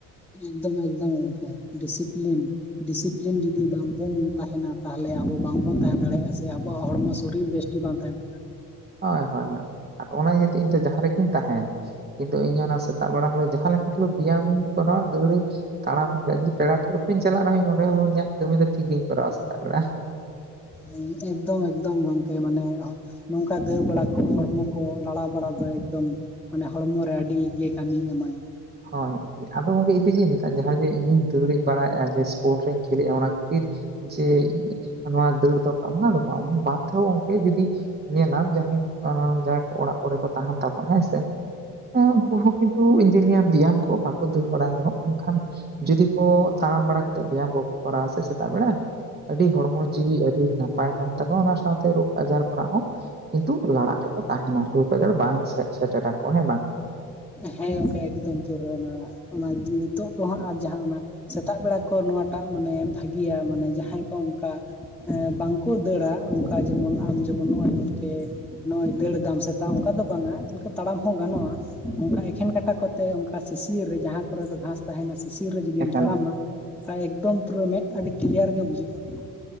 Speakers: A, in the centre; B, on the right (about 25°).
A: ᱮᱠᱫᱚᱢ ᱮᱠᱫᱚᱢ ᱜᱚᱢᱠᱮ ᱰᱤᱥᱤᱯᱞᱤᱱ ᱰᱤᱥᱤᱯᱞᱤᱱ ᱡᱩᱫᱤ ᱵᱟᱝᱵᱚᱱ ᱛᱟᱦᱮᱱᱟ ᱛᱟᱦᱚᱞᱮ ᱟᱵᱚ ᱵᱟᱝᱵᱚᱱ ᱛᱟᱦᱮᱸ ᱫᱟᱲᱮᱭᱟᱜᱼᱟ ᱥᱮ ᱟᱵᱚᱣᱟᱜ ᱦᱚᱲᱢᱚ ᱥᱚᱨᱤᱨ ᱵᱮᱥ ᱜᱤ ᱵᱟᱝ ᱛᱟᱦᱮᱱᱟ᱾
B: ᱦᱳᱭ ᱦᱳᱭ ᱦᱳᱭ ᱚᱱᱟ ᱜᱤᱛᱚ ᱤᱧᱫᱚ ᱡᱟᱦᱟᱸ ᱨᱮᱜᱤᱧ ᱛᱟᱦᱮᱱ ᱠᱤᱱᱛᱩ ᱤᱧ ᱚᱱᱟ ᱥᱮᱛᱟᱜ ᱵᱮᱲᱟ ᱦᱳᱞᱳ ᱡᱟᱦᱟᱸ ᱞᱮᱠᱟ ᱦᱳᱞᱳᱜ ᱵᱮᱭᱟᱢᱤᱧ ᱠᱚᱨᱟᱣᱟ ᱫᱟᱹᱲᱟᱹᱧ ᱛᱟᱲᱟ <inaudible> ᱯᱮᱲᱟ ᱴᱷᱮᱡ ᱦᱚᱧ ᱪᱟᱞᱟᱜ ᱨᱮᱦᱚᱸᱧ ᱚᱸᱰᱮ ᱦᱚᱸ ᱤᱧᱟᱹᱜ ᱠᱟᱹᱢᱤ ᱫᱚ ᱴᱷᱤᱠ ᱜᱤᱧ ᱠᱚᱨᱟᱣᱟ ᱥᱮᱛᱟᱜ ᱵᱮᱲᱟ᱾
A: ᱦᱮᱸ ᱮᱠᱫᱚᱢ ᱮᱠᱫᱚᱢ ᱜᱚᱝᱠᱮ ᱢᱟᱱᱮ ᱱᱚᱝᱠᱟ ᱫᱟᱹᱲ ᱵᱟᱲᱟ ᱠᱚ ᱦᱚᱲᱢᱚ ᱠᱚ ᱞᱟᱲᱟ ᱵᱟᱲᱟ ᱫᱚ ᱮᱠᱫᱚᱢ ᱢᱟᱱᱮ ᱦᱚᱲᱢᱚ ᱨᱮ ᱟᱹᱰᱤ ᱜᱮ ᱠᱟᱹᱢᱤᱭ ᱮᱢᱟᱭ᱾
B: ᱦᱳᱭ ᱟᱫᱚ ᱜᱚᱢᱠᱮ ᱤᱧᱫᱚ ᱡᱮᱞᱮᱠᱟ ᱡᱟᱦᱟᱸ ᱫᱚ ᱤᱧᱤᱧ ᱫᱟᱹᱲ ᱵᱟᱲᱟᱭᱮᱫᱼᱟ ᱡᱮ ᱥᱯᱳᱨᱴᱥ ᱨᱮᱧ ᱠᱷᱮᱞᱮᱜᱼᱟ ᱚᱱᱟ ᱠᱷᱟᱹᱛᱤᱨ ᱡᱮ ᱱᱚᱣᱟ ᱫᱟᱹᱲ ᱫᱷᱟᱯᱟ ᱚᱱᱟ ᱫᱚ ᱵᱟᱝ ᱵᱟᱫᱽᱫᱚ ᱚᱱᱠᱮ ᱡᱩᱫᱤ ᱧᱮᱞᱟᱢ ᱡᱟᱦᱟᱸᱭ ᱡᱟᱦᱟᱸᱭ ᱠᱚ ᱚᱲᱟᱜ ᱠᱚᱨᱮ ᱠᱚ ᱛᱟᱦᱮᱱ ᱛᱟᱵᱚᱱᱟ ᱦᱮᱸᱥᱮ ᱦᱮᱸ ᱩᱱᱠᱩ ᱦᱚᱸ ᱠᱤᱱᱛᱩ ᱤᱧ ᱫᱩᱧ ᱞᱟᱹᱭᱟ ᱵᱮᱭᱟᱢ ᱠᱚ ᱵᱟᱠᱚ ᱫᱟᱹᱲ ᱵᱟᱲᱟᱭ ᱨᱮᱦᱚᱸ ᱚᱱᱠᱷᱟᱱ ᱡᱩᱫᱤ ᱠᱚ ᱛᱟᱲᱟᱢ ᱵᱟᱲᱟ ᱠᱟᱛᱮᱫ ᱵᱮᱭᱟᱢ ᱠᱚᱠᱚ ᱠᱚᱨᱟᱣᱟ ᱥᱮ ᱥᱮᱛᱟᱜ ᱵᱮᱲᱟ ᱟᱹᱰᱤ ᱦᱚᱲᱢᱚ ᱡᱤᱣᱤ ᱟᱹᱰᱤ ᱱᱟᱯᱟᱭ ᱛᱟᱦᱮᱱ ᱛᱟᱠᱚᱣᱟ ᱚᱱᱟ ᱥᱟᱶᱛᱮ ᱨᱳᱜᱽ ᱟᱡᱟᱨ ᱠᱷᱚᱱᱟᱜ ᱦᱚᱸ ᱠᱤᱱᱛᱩ ᱞᱟᱲᱟᱜ ᱨᱮᱠᱚ ᱛᱟᱦᱮᱱᱟ ᱨᱳᱠ ᱟᱡᱟᱨ ᱵᱟᱝ ᱥᱮ ᱥᱮᱴᱮᱨ ᱟᱠᱚᱣᱟ, ᱦᱮᱸ ᱵᱟᱝ?
A: ᱦᱮᱸ ᱜᱚᱝᱠᱮ ᱮᱠᱫᱚᱢ ᱯᱩᱨᱟᱹ ᱚᱱᱟ ᱚᱱᱟ ᱱᱤᱛᱚᱜ ᱫᱚ ᱦᱟᱸᱜ ᱟᱨ ᱡᱟᱦᱟᱸ ᱚᱱᱟ ᱥᱮᱛᱟᱜ ᱵᱮᱲᱟ ᱠᱚ ᱱᱚᱣᱟ ᱴᱟᱜ ᱢᱟᱱᱮ ᱵᱷᱟᱹᱜᱤᱭᱟ ᱢᱟᱱᱮ ᱡᱟᱦᱟᱸᱭ ᱠᱚ ᱚᱱᱠᱟ ᱵᱟᱝ ᱠᱚ ᱫᱟᱹᱲᱟ ᱚᱱᱠᱟ ᱡᱮᱢᱚᱱ ᱟᱢ ᱡᱮᱢᱚᱱ ᱱᱚᱜᱼᱚᱭ ᱱᱚᱱᱛᱮ ᱱᱚᱜᱼᱚᱭ ᱫᱟᱹᱲ ᱫᱟᱢ ᱥᱮᱛᱟᱜ ᱚᱱᱠᱟ ᱫᱚ ᱵᱟᱝ ᱟ ᱚᱱᱠᱟ ᱛᱟᱲᱟᱢ ᱦᱚᱸ ᱜᱟᱱᱚᱜᱼᱟ, ᱚᱱᱠᱟ ᱮᱠᱷᱮᱱ ᱠᱟᱴᱟ ᱠᱚᱛᱮ ᱚᱱᱠᱟ ᱥᱤᱥᱤᱨ ᱨᱮ ᱡᱟᱦᱟᱸ ᱠᱚᱨᱮ ᱫᱚ ᱜᱷᱟᱸᱥ ᱛᱟᱦᱮᱱᱟ ᱥᱤᱥᱤᱨ ᱨᱮ ᱡᱩᱫᱤᱢ
B: ᱮᱠᱟᱞ
A: ᱛᱟᱲᱟᱢᱟ
B: ᱮᱠᱟᱞ᱾
A: ᱟᱨ ᱮᱠᱫᱚᱢ ᱯᱩᱨᱟᱹ ᱢᱮᱫ ᱟᱹᱰᱤ ᱠᱞᱤᱭᱟᱨ ᱜᱮ ᱵᱩᱡᱷᱟᱹᱜᱼᱟ,